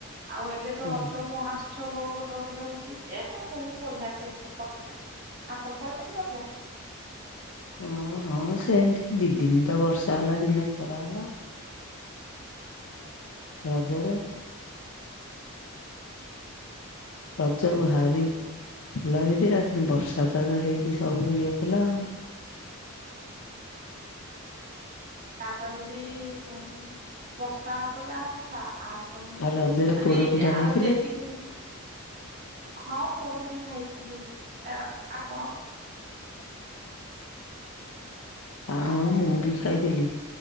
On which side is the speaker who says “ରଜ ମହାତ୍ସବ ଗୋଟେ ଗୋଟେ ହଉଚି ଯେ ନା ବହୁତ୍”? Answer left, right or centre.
Right